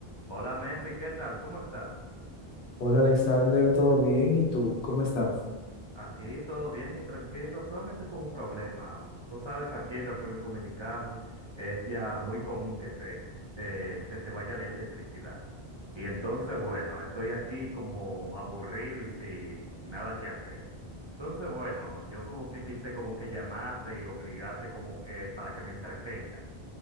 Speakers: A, on the right; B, on the left.
A: Hola Mefi, ¿qué tal? ¿Cómo estás?
B: Hola Alexander, ¿todo bien? ¿Y tú? ¿Cómo estás?
A: Aquí todo bien y tranquilo, solamente con un problema. Tú sabes, aquí en República Dominicana es ya muy común que se, eh, se te vaya la electricidad. Y entonces, bueno, estoy aquí como aburrido y sin nada que hacer. Entonces, bueno, yo como que quise como que llamarte y obligarte como que para que me entretengas.